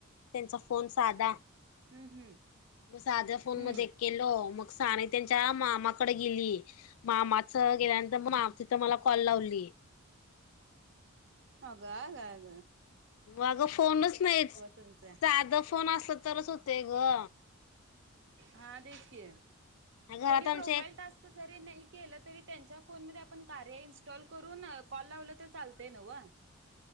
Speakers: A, on the left (about 75°); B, on the right (about 55°).
A: त्यांचा फोन साधा.
B: हम्म हम्म.
A: मग साध्या फोन
B: हम्म
A: मध्ये किलो मग साने त्यांच्या मामा गेली मामाच गेल्यांतर म मा तिथं मा कॉल लावली.
B: आग आग
A: आग फोनच नाहीच,
B: तुमचं.
A: साध फोन असला तरच होत्या ग
B: हा तेच की
A: घरात
B: त्यांनी
A: आमच्या
B: प्रोफाईल
A: एक
B: टास्क जरी नाही केलं, तरी त्यांच्या फोन म पण कार्या इंस्टॉल करून कॉल लाव त चालतय नव.